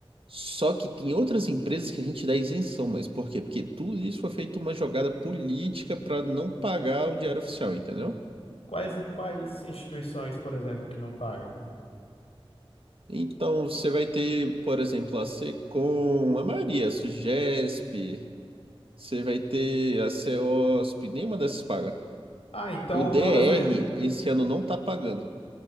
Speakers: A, on the right; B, on the left.
A: Só que tem outras empresas que a gente dá isenção, mas por quê? Porque tudo isso foi feito uma jogada política para não pagar o diário oficial, entendeu?
B: Quais, quais instituições, por exemplo, que não paga?
A: Então você vai ter, por exemplo, a Secom, a Maria, a Sugesp, você vai ter a CEOSP, nenhuma dessas paga.
B: Ah, então
A: O DR
B: todas, a-
A: esse ano não tá pagando.